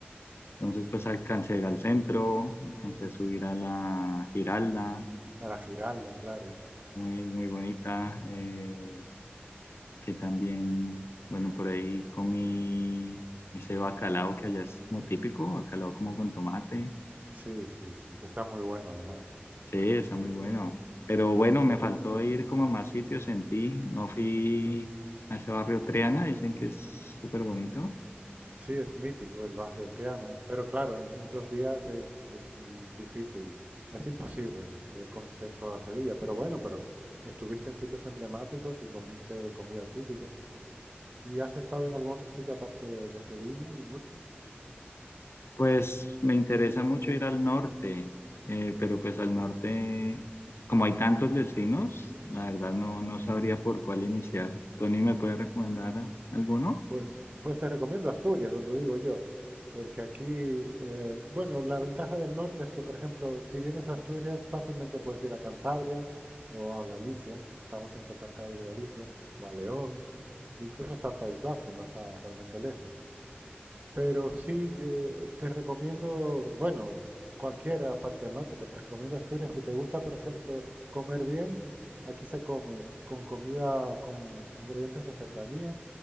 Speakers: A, on the left (about 80°); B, on the right (about 40°).
A: Entonces pues alcancé a ir al centro, alcancé a subir a la Giralda,
B: A la Giralda, claro.
A: muy, muy bonita, eh, que también, bueno, por ahí comí ese bacalao que allá es como típico, bacalao como con tomate
B: Sí, sí, sí, que está muy bueno además.
A: Sí, está muy bueno. Pero bueno, me faltó ir como a más sitios en ti. No fui a ese barrio Triana, dicen que es súper bonito.
B: Sí, es mítico el barrio Triana, pero claro, en, en dos días es, es mm, difícil, es imposible eh, conocer toda Sevilla, pero bueno, pero estuviste en sitios emblemáticos y comiste comida típica. ¿Y has estado en algún otro sitio aparte de, de Sevilla y Murcia?
A: Pues me interesa mucho ir al norte, eh, pero pues al norte, como hay tantos destinos, la verdad no, no sabría por cuál iniciar. ¿Tony me puede recomendar alguno?
B: Pues, pues te recomiendo Asturias, donde vivo yo, porque aquí, eh, bueno, la ventaja del norte es que, por ejemplo, si vienes a Asturias, fácilmente puedes ir a Cantabria o a Galicia, estamos entre Cantabria y Galicia, o a León, incluso hasta el País Vasco, no está realmente lejos. Pero sí, te, te recomiendo, bueno, cualquiera parte del norte, pero te recomiendo Asturias. Si te gusta, por ejemplo, comer bien, aquí se come con comida, con ingredientes de cercanía,